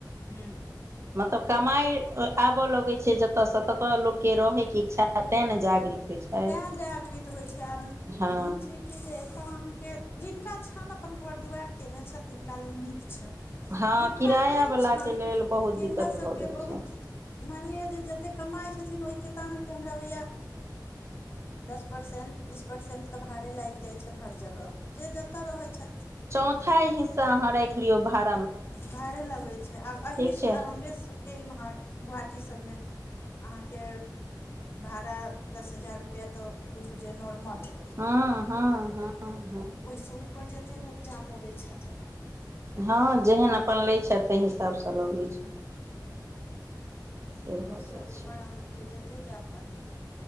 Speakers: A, on the left; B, on the right.
A: हू
B: मतलब कमाई आबअ लगै छै जतऽ से तऽ लोक के रहे के इच्छा तेने जागृत होइ छै
A: ताय जागृत होइ छै आब
B: हँ
A: मेन छै कि जे एतऽ अहाँके जिनका छनि अपन घर दुआरि कयने छथि तिनका लेल नीक छैय
B: हँ
A: जिनका
B: किराया
A: नय
B: वला
A: छन
B: के लेल बहुत
A: तिनका
B: दिक्कत
A: सभ
B: भऽ
A: के
B: गेल
A: बहुत
B: छै
A: मान लिअ जे जते कमाइ छथिन ओहि के त हमरा होय या दस परसेंट बीस परसेंट ता भारे लाएग जाय छै हर जगह जे जतऽ रहै छथि
B: चौथा हिस्सा अहाँ राखि लियौ भात
A: भाड़े लगे छै आब एहिसँ
B: छै
A: हमरे सभ के एम्हर गुवाहाटी सबमे अहाँके भाड़ा दस हजार रुपैआ तऽ बुझू जे नॉर्मल होइ
B: हँ हँ हँ हँ
A: आ ओहिसँ ऊपर जतेक लोक जा पबैत छथि अपन
B: हँ जेहन अपन लै छथि ताहि हिसाब सँ लगै छै से भऽ
A: ओहिसँ
B: जाइ
A: ऊपर
B: छै
A: अहाँ के जतेक जा पाबी